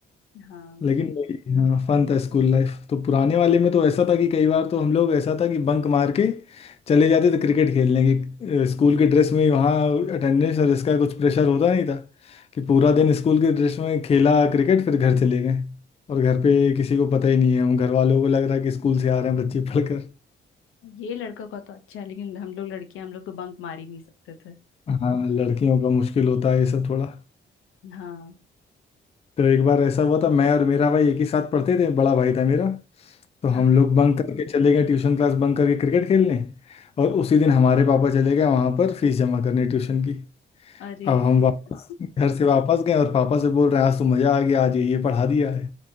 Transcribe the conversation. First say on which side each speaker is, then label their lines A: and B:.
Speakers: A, on the left; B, on the left.
A: हाँ
B: लेकिन नहीं, हाँ फन था स्कूल लाइफ तो पुराने वाले में तो ऐसा था कि कई बार तो हम लोग ऐसा था कि बंक मार के चले जाते थे क्रिकेट खेलने की स्कूल के ड्रेस में ही वहाँ अटेंडेंस और इसका कुछ प्रेशर होता नहीं था कि पूरा दिन स्कूल के ड्रेस में खेला क्रिकेट फिर घर चले गए और घर पे किसी को पता ही नहीं है हम घर वालों को लग रहा है कि स्कूल से आ रहे हैं बच्चे पढ़कर
A: ये लड़कों का तो अच्छा है लेकिन हम लोग लड़कियां हम लोग तो बंक मार ही नहीं सकते थे
B: हाँ लड़कियों का मुश्किल होता है ये सब थोड़ा
A: हाँ
B: तो एक बार ऐसा हुआ था मैं और मेरा भाई एक ही साथ पढ़ते थे बड़ा भाई था मेरा तो
A: हाँ
B: हम
A: हाँ
B: लोग बंक करके चले गए ट्यूशन क्लास बंक करके क्रिकेट खेलने और उसी दिन हमारे पापा चले गए वहां पर फीस जमा करने ट्यूशन की
A: अरे
B: अब हम
A: <laughs>
B: वापस घर से वापस गए और पापा से बोल रहे हैं आज तो मज़ा आ गया आज ये ये पढ़ा दिया है